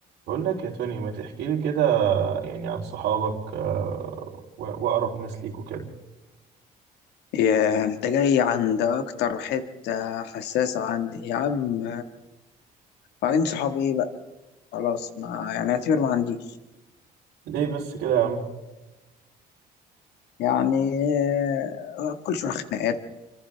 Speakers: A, on the right; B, on the left.
A: بقول لك يا توني ما تحكي لي كده يعني عن صحابك آه، و- وأقرب ناس ليك وكده
B: يا انت جاي عند اكتر حتة حساسة عندي يا عم بعدين صحابي ايه بقى خلاص ما يعني اعتبر ما عنديش
A: ليه بس كده يا عم
B: يعني آه، كل شوية خناقات